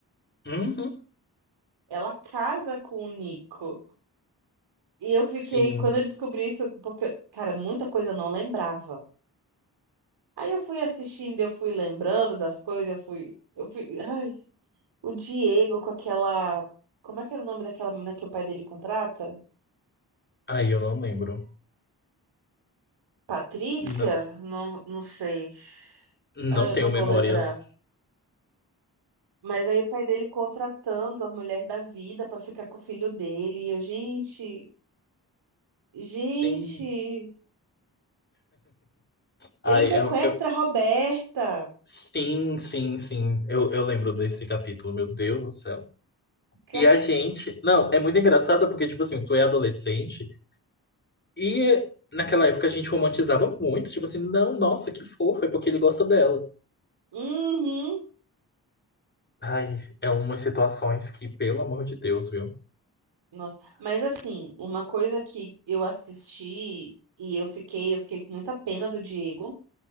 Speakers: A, on the left; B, on the right.
A: Uhum,
B: Ela casa com o Nico. E eu fiquei,
A: sim.
B: quando eu descobri isso, porque, cara, muita coisa eu não lembrava. Aí eu fui assistindo, eu fui lembrando das coisas, eu fui, eu fui, ai, o Diego com aquela, como é que era o nome daquela menina que o pai dele contrata?
A: Ai, eu não lembro.
B: Patrícia?
A: Não,
B: Não, não sei.
A: não
B: Ah, eu
A: tenho
B: não
A: memórias.
B: vou lembrar. Mas aí o pai dele contratando a mulher da vida pra ficar com o filho dele. E eu, gente, gente,
A: Sim. Ai,
B: ele sequestra
A: eu, eu-
B: a Roberta.
A: sim, sim, sim. Eu, eu lembro desse capítulo, meu Deus do céu.
B: <laughs>
A: E a gente. Não, é muito engraçado porque, tipo assim, tu é adolescente. E naquela época a gente romantizava muito, tipo assim, não, nossa, que fofo, é porque ele gosta dela.
B: Uhum.
A: Ai, é umas situações que, pelo amor de Deus, viu?
B: Nossa, mas assim, uma coisa que eu assisti e eu fiquei, eu fiquei com muita pena do Diego,